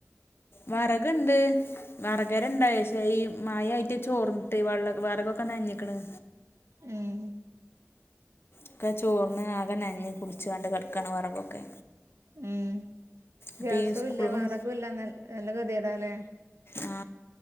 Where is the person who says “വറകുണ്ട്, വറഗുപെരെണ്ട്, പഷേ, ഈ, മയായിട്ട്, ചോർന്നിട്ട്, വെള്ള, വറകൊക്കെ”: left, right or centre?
Left